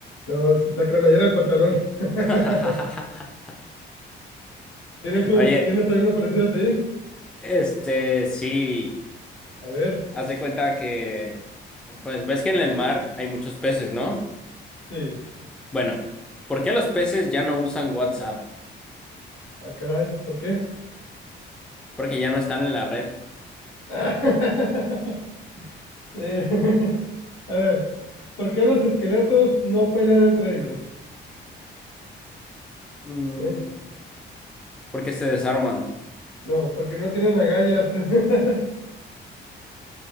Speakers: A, on the left; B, in the centre.
A: No, es la cremallera del pantalón. <laughs>
B: <laughs>
A: ¿Tienes un,
B: Oye,
A: tienes algunos parecidos ahí?
B: este, sí,
A: A ver,
B: haz de cuenta que, pues ves que en el mar hay muchos peces, ¿no?
A: sí.
B: Bueno, ¿por qué los peces ya no usan WhatsApp?
A: Ah, caray, ¿por qué?
B: Porque ya no están en la red.
A: <laughs> Eh, <laughs> a ver, ¿por qué los esqueletos no pelean entre ellos?
B: Mm,
A: ¿Eh?
B: Porque se desarman.
A: No, porque no tienen agallas. <laughs>